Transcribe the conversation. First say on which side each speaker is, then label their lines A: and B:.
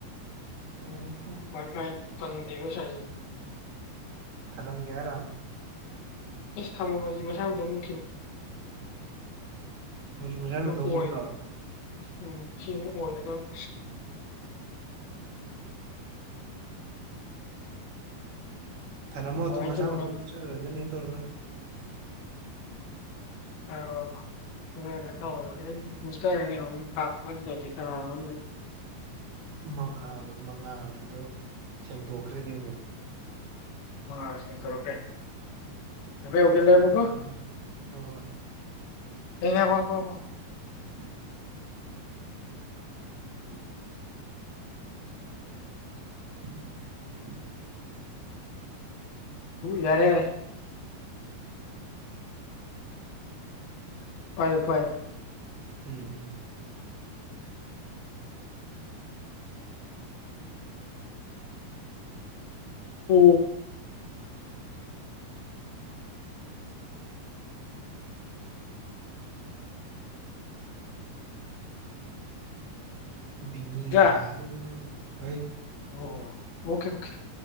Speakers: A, on the right; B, on the left.
A: ꯑꯣ
B: ꯋꯥꯏ ꯐꯥꯏ ꯇꯪ ꯕꯁ ꯍꯥꯏꯁꯤ
A: ꯊꯔꯝꯒꯦꯔꯥ
B: ꯑ ꯊꯃ ꯃꯥ ꯃ ꯁꯗꯣ ꯃ
A: ꯃꯁꯥꯏꯕ
B: ꯑꯣꯏ
A: ꯎꯃꯔ꯭ꯔꯣ
B: ꯎꯝ ꯁꯤꯣꯗꯣ
A: ꯊꯔꯝꯣ
B: ꯀꯃꯥꯏꯅ
A: ꯑꯗꯨꯝ ꯃꯁꯥ
B: ꯇꯧꯕꯅꯣ
A: ꯃꯊꯣꯝ ꯃꯠꯆꯔꯣꯏꯖꯅꯦꯅ ꯇꯧꯔꯒ
B: ꯑ ꯁꯇꯔꯅ ꯀꯥꯁꯤ ꯀ ꯍꯗ
A: ꯃꯉꯥꯜ ꯃꯉꯥꯜꯒꯤꯗꯣ ꯁꯦꯡꯇꯣꯛꯈ꯭ꯔꯦꯅꯦ ꯑꯃꯨꯛ
B: ꯑ ꯁꯦꯡꯊꯣꯔꯛꯇ꯭ꯔꯦ ꯀ
A: ꯁꯥꯊꯤꯕꯅꯤ
B: ꯌꯧꯒꯦꯂꯕꯀꯣ
A: ꯍꯣꯏ ꯍꯣꯏ
B: ꯍꯉ ꯀꯣ ꯀꯣ ꯀꯣ
A: ꯎ <unintelligible> <unintelligible>
B: ꯌꯥꯔꯦ ꯌꯥꯔꯦ ꯄꯥꯏꯣ ꯄꯥꯏ
A: ꯎꯝ
B: ꯍ
A: ꯕꯤꯅꯤꯒ
B: ꯏꯆꯥ
A: ꯌꯥꯗꯦ ꯌꯥꯒꯦ ꯍꯣꯏ
B: ꯑꯣ ꯑꯣꯀꯦ ꯑꯣꯀꯦ